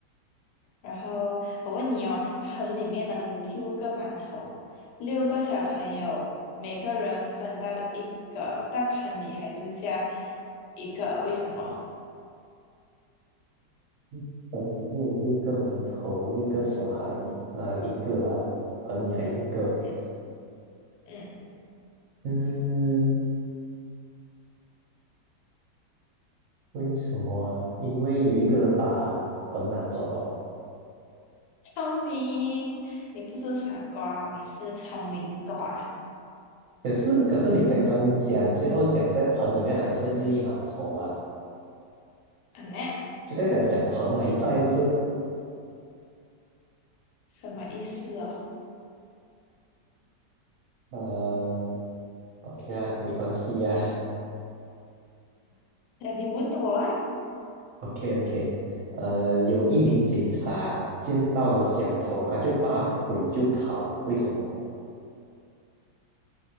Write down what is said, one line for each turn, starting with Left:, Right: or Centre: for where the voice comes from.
Left: 然后我问你哦，盆里面呢有六个馒头，六个小朋友，每个人分到一个，但盆里还剩下一个，为什么？
Right: 嗯盆里面有六个馒头，六个小孩，哪有一个啊？盆里还有一个，
Left: 嗯嗯，
Right: 嗯，为什么啊？因为有一个人把盆拿走了。
Left: 聪明，你不是傻瓜哦你是聪明瓜。
Right: 可是可是你刚刚讲，最后讲在盆里面还剩一粒馒头啊，
Left: 嗯呢，
Right: 就代表讲盆还在，不是？
Left: 什么意思哦？
Right: 呃，OK 啊，没关系啊
Left: 那你问我啊？
Right: <laughs>，OK OK。呃，有一名警察见到了小偷，
Left: 嗯，
Right: 他就拔腿就跑，为什么？